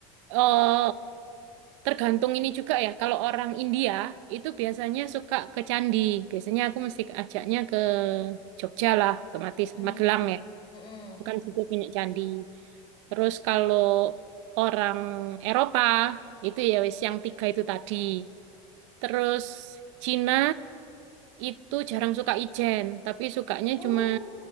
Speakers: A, on the right; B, on the left.
A: eh, tergantung ini juga ya. Kalau orang India itu biasanya suka ke candi. Biasanya aku mesti ajaknya ke Jogja lah, otomatis
B: Hmm,
A: Magelang ya.
B: mm-mm.
A: Bukan situ punya candi. Terus kalau orang Eropa itu ya wis yang tiga itu tadi. Terus Cina itu jarang suka ijen, tapi sukanya
B: Oh,
A: cuman